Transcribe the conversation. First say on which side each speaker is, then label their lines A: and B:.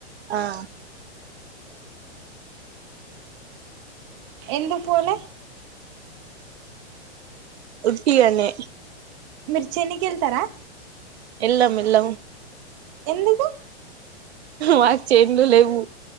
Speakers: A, on the right (about 65°); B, on the right (about 25°).
A: ఆ
B: ఎందు పోలే
A: ఉట్టిగన్నే
B: మీరు చేనికి వెళ్తారా
A: ఎలాం ఎల
B: ఎందుకు
A: మాకు చెంలు లేవు